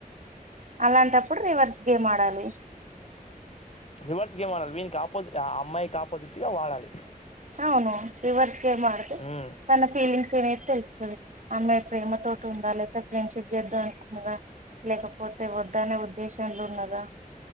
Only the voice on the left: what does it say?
రివర్స్ గేమ్ ఆడాలి వీనికి ఆపోజిట్ ఆ అమ్మాయికి ఆపోజిట్ గా వాడాలి
ఉమ్.